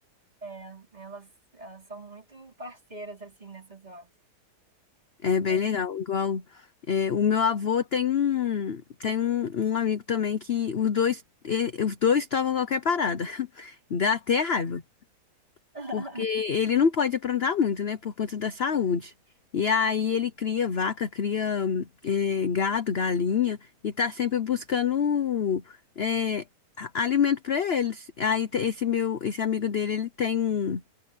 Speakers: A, on the right (about 25°); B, on the left (about 50°).
A: É, elas, elas são muito parceiras, assim, nessas horas.
B: É bem
A: Maneiro.
B: legal. Igual é, o meu avô tem um tem um, um amigo também que os dois e- os dois tomam qualquer parada. <laughs> Dá até raiva.
A: <laughs>
B: porque ele não pode aprontar muito, né, por conta da saúde. E aí ele cria vaca, cria eh, gado, galinha, e tá sempre buscando eh, a- alimento para eles. Aí te- esse meu, esse amigo dele, ele tem um-